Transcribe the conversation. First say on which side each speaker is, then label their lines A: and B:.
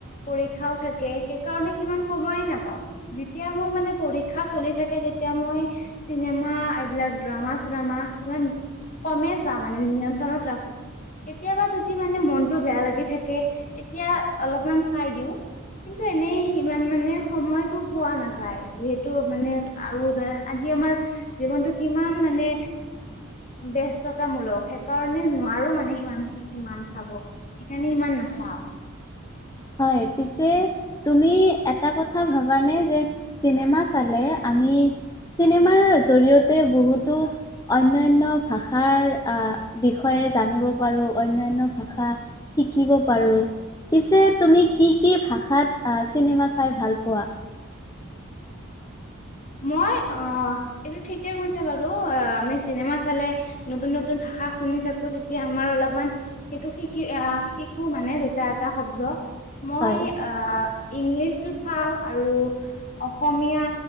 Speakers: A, on the left; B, on the left.
A: পৰীক্ষাও থাকে, সেইকাৰণে সিমান সময়ে নাপাওঁ। যেতিয়া মোৰ মানে পৰীক্ষা চলি থাকে, তেতিয়া মই চিনেমা, এইবিলাক ড্ৰামা চ্ৰামা। ইমান কমেই চাওঁ মানে নিয়ন্ত্ৰণত ৰাখো। কেতিয়াবা যদি মানে মনটো বেয়া লাগি থাকে, তেতিয়া অলপমান চাই দিওঁ। কিন্তু এনেই সিমান মানে সময়টো পোৱা নাযায়, যিহেতু মানে আৰু ধৰা আজি আমাৰ জীৱনটো কিমান মানে ব্যস্ততা মূলক, সেইকাৰণে নোৱাৰোঁ মানে সিমান ইমান চাব। সেইকাৰণে ইমান নাচাওঁ।
B: হয়, পিছে তুমি এটা কথা ভাবানে যে চিনেমা চালে আমি চিনেমাৰ জৰিয়তে বহুতো অন্যান্য ভাষাৰ আ বিষয়ে জানিব পাৰোঁ, অনন্যা ভাষা শিকিব পাৰোঁ, পিছে তুমি কি কি ভাষাত চিনেমা চাই ভাল পোৱা?
A: মই অ', এইটো ঠিকে কৈছে বাৰু আমি চিনেমা চালে নতুন নতুন ভাষা শুনি থাকোঁ। তেতিয়া আমাৰ অলপমান সেইটো শিকি আ শিকো মানে দুটা এটা শব্দ। মই
B: হয়?
A: আ ইংলিছটো চাওঁ আৰু অসমীয়া।